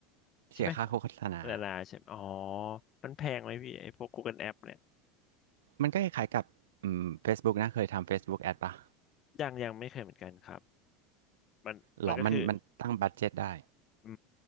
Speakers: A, on the right (about 90°); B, on the left (about 45°).
A: เสียค่าโฆษณา
B: ใช่ไหมโฆษณาใช่ไหมอ๋อมันแพงไหมพี่ไอ้พวก Google App เนี่ย
A: มันก็คล้ายๆกับอืม Facebook นะเคยทำ Facebook Ad ปะ
B: ยังยังไม่เคยเหมือนกันครับมันมันก็คือ
A: หรอมันมันตั้งบัดเจ็ตได้
B: อื